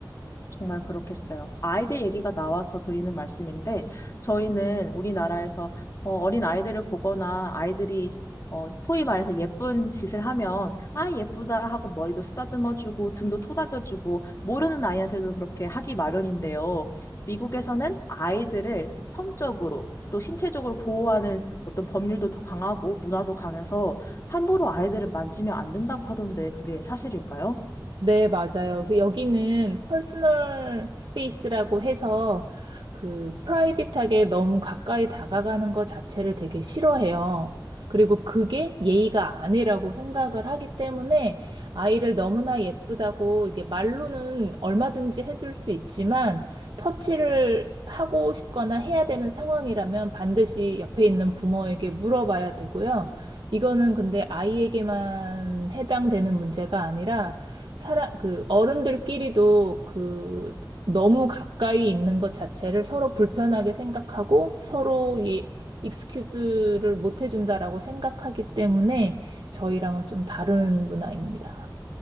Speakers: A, on the left (about 40°); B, on the right (about 80°).
A: 정말 그렇겠어요. 아이들 얘기가 나와서 드리는 말씀인데, 저희는 우리나라에서 어, 어린 아이들을 보거나 아이들이 어, 소위 말해서 예쁜 짓을 하면, 아, 예쁘다 하고 머리도 쓰다듬어주고, 등도 토닥여주고, 모르는 아이한테도 그렇게 하기 마련인데요. 미국에서는 아이들을 성적으로 또 신체적으로 보호하는 어떤 법률도 더 강하고, 문화도 강해서 함부로 아이들을 만지면 안 된다고 하던데, 그게 사실일까요?
B: 네, 맞아요. 그 여기는 퍼스널 스페이스라고 해서 그 프라이빗하게 너무 가까이 다가가는 것 자체를 되게 싫어해요. 그리고 그게 예의가 아니라고 생각을 하기 때문에 아이를 너무나 예쁘다고 이게 말로는 얼마든지 해줄 수 있지만 터치를 하고 싶거나 해야 되는 상황이라면 반드시 옆에 있는 부모에게 물어봐야 되고요. 이거는 근데 아이에게만 해당되는 문제가 아니라 사람, 그 어른들끼리도 그 너무 가까이 있는 것 자체를 서로 불편하게 생각하고 서로 예, 익스큐즈를 못 해준다라고 생각하기 때문에 저희랑은 좀 다른 문화입니다.